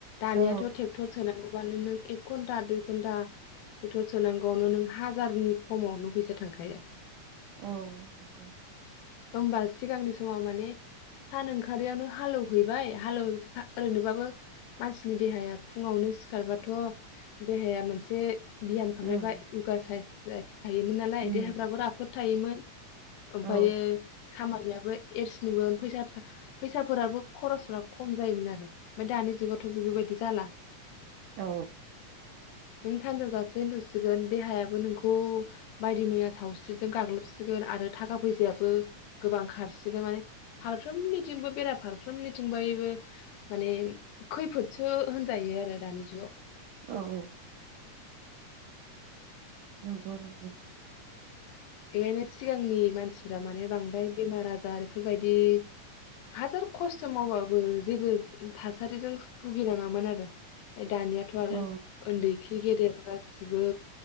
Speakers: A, on the left (about 80°); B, on the right (about 75°).
A: दानियाथ'
B: औ
A: ट्रेक्टर सोनांगौ। अबानो नों एक घन्टा दुइ घन्टा थेक्टर सोनांगौआवनो नों हाजारनि खमाव नों फैसा थांखाया।
B: औ नंगौ।
A: होमबा सिगांनि समाव माने सान ओंखारियावनो हालेवहैबाय। हालेव ओरैनोबाबो मानसिनि देहाया फुङावनो सिखारबाथ देहाया मोनसे बियाम खालामनाय
B: ओं
A: बा यगा साइस। <unintelligible> हायोमोन नालाय
B: उम
A: देहा फोथायोमोन। ओमफायो
B: औ
A: खामानियाबो एरसिनिमोन फैसा फैसाफोराबो खरसफोरा खम जायोमोन आरो ओमफाय दानि जुगावथ' बेफोरबायदि जाला।
B: औ।
A: नों सानजौजासे उन्दुसिगोन देहायाबो नोंखौ बायदि मैया सावस्रिजों गाग्लोबसिगोन आरो थाखा फैसायाबो गोबां खारसिगोन माने फारफ्रोमनिथिंबो बेरा फारफ्रोमनिथिं माने खैफोदसो होनजायो आरो दानि जुगाव।
B: औ औ। नंगौ नंगौ।
A: <unintelligible> सिगांनि मानसिफ्रा माने बां ओमफ्राय बेमार आजार बेफोरबायदि हाजार खस्थ मावबाबो जेबो थासारिजों भुगिनाङामोन आरो। ओ दानियाथ आरो
B: औ
A: उन्दैखि गेदेर गासिबो